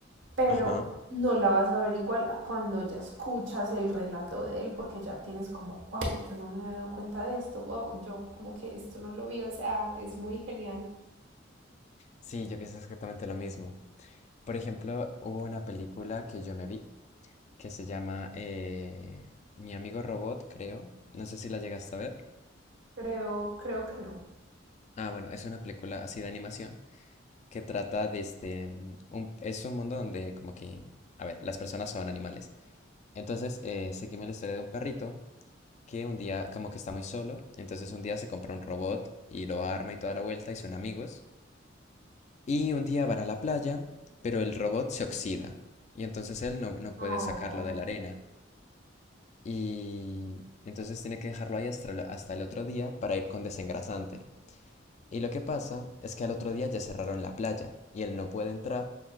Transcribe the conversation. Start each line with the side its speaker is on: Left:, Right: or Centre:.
Right: pero
Left: Ajá.
Right: no la vas a ver igual a cuando ya escuchas el relato de él, porque ya tienes como, wow, yo no me había dado cuenta de esto, wow, yo como que esto no lo vi, o sea, es muy genial.
Left: Sí, yo pienso exactamente lo mismo. Por ejemplo, hubo una película que yo me vi que se llama eh, Mi amigo Robot, creo. No sé si la llegaste a ver.
Right: Creo, creo que no.
Left: Ah, bueno, es una película así de animación que trata de este... mm, Un, es un mundo donde como que... A ver, las personas son animales. Entonces, eh, seguimos la historia de un perrito que un día como que está muy solo. Entonces un día se compra un robot y lo arma y toda la vuelta y son amigos. Y un día van a la playa, pero el robot se oxida y entonces él no, no puede
Right: Oh,
Left: sacarlo de la arena. Y entonces tiene que dejarlo ahí hasta, el- hasta el otro día para ir con desengrasante. Y lo que pasa es que al otro día ya cerraron la playa y él no puede entrar